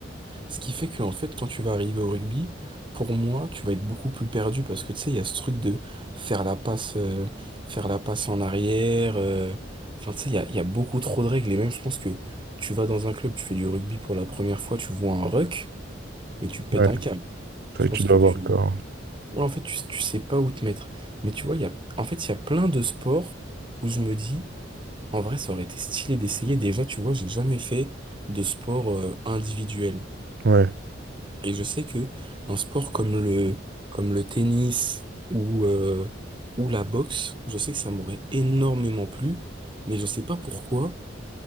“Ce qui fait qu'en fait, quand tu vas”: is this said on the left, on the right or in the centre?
Right